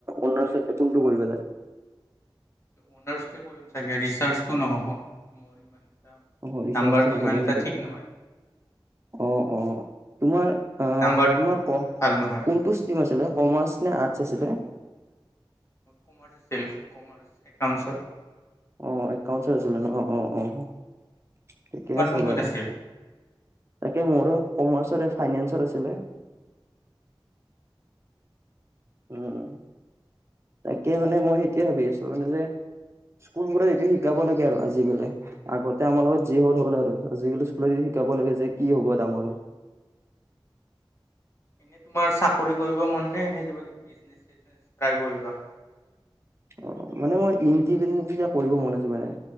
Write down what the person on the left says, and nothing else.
অনাৰ্ছ টোৱে কৰিম চাগে ৰিচাৰ্জটো নহব। এটা
নাম্বাৰটো
ইমান
এটা ঠিক নহয়
নাম্বাৰটো
ইমান ভাল নহয়
কমাৰ্চ আছিল কমাৰ্চ একাউঞ্চত।
তোমাৰ
কোনটোত
আছিল
এনে তোমাৰ চাকৰি কৰিব মন নে, নে কিবা কিবি বিজনেছ চিজনেছ ট্ৰাই কৰিবা?